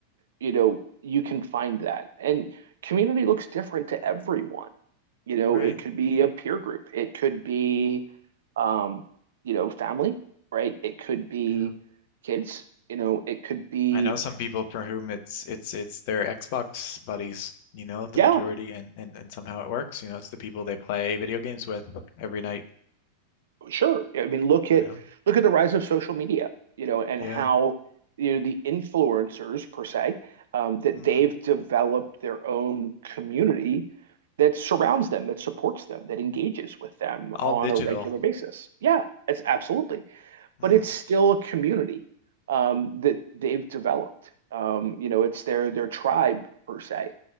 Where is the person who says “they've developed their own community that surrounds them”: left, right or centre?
Right